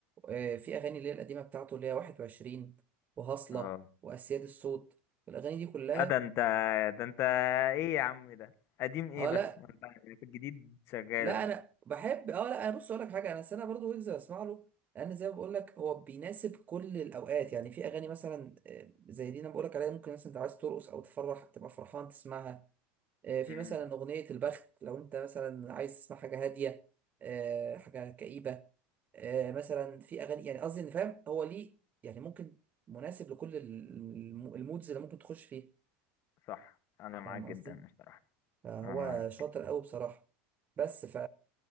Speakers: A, on the right; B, on the left.
A: آه، في اغاني اللي هي القديمة بتاعته اللي هي 21 وهصلة
B: اه
A: واسياد الصوت الاغاني دي كلها
B: لا ده انت ده انت ايه يا عم ده قديم ايه
A: اه
B: بس
A: لا
B: ما انت في الجديد شغال
A: لا
B: اهو
A: انا بحب اه لا انا بص اقول لك حاجه انا السنه برضو ويجز بسمع له لان زي ما بقول لك هو بيناسب كل الاوقات يعني في اغاني مثلا آه، زي دي انا بقول لك عليها ممكن مثلا انت عايز ترقص او تفرح تبقى فرحان تسمعها آه، في
B: امم
A: مثلا اغنيه البخت لو انت مثلا عايز تسمع حاجه هاديه آه، حاجه كئيبه آه، مثلا في اغاني يعني قصدي ان فاهم هو ليه يعني ممكن مناسب لكل ال- الم- المودز اللي ممكن تخش فيه
B: صح انا معاك
A: فاهم
B: جدا
A: قصدي
B: الصراحه
A: فهو
B: انا معاك
A: شاطر قوي بصراحة بس ف